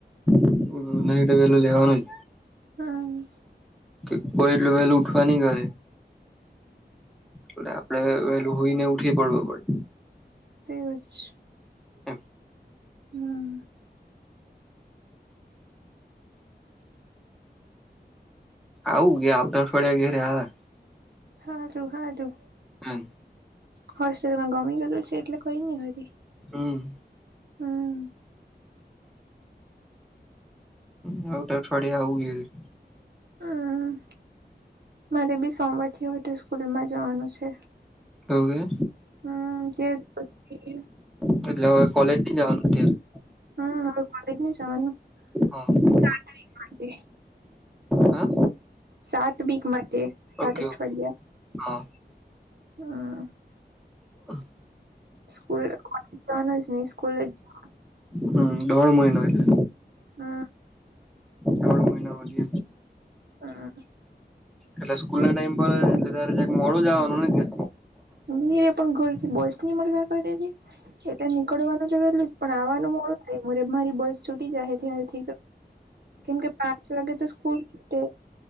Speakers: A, in the centre; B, on the right.
A: <unintelligible> લેવાનું જ
B: હમ.
A: કે કોઈ એટલું વેલું ઉઠવા નહી ઘરે. પણ આપડે વેલો હોઈ ને ઉઠીએ પડવ પડે.
B: તે જ.
A: એમ
B: હમ.
A: આવું ગ્યા આવતા અઠવાડિયા ઘેરે આવે.
B: હાજુ હાધું.
A: હમ.
B: હર્ષમાં ગમી ગયું છે એટલે કરીઈ ને ઘરી.
A: હમ.
B: હમ.
A: આવતા અઠવાડિયે આવું ઘેરે.
B: હમ મારે બી સોમવાર થી હો હતું સ્કૂલમાં જવાનું છે.
A: એવું
B: હમ તે પછી
A: કે એટલે હવે કોલેજ જવાનું <unintelligible>
B: હમ કોલેજ નહી જવાનું
A: હા
B: સ્ટાર <unintelligible>
A: હા
B: સાત વીક માટે સાત
A: ઓકે
B: અઠવાડિયા
A: ઓકે હા
B: હમ.
A: અહ
B: <unintelligible> સ્કૂલે જ
A: હમ દોઢ મહિનો એટલે.
B: હમ
A: દોઢ મહિના <unintelligible>
B: હમ
A: એટલે સ્કૂલ ના ટાઈમ પર તો ત્યારે છેક મોડું જવાનું ને ઘેર.
B: નીરે પણ ગોરથી બોસ ની મળવા કરેલી. એટલે નીકળવાનું તો વેલું પણ આવાનું મોડું થાય મારે મારી બસ છૂટી જાહેથી અહીંથી તો. કેમ કે પાંચ વાગે તો સ્કૂલ છૂટે.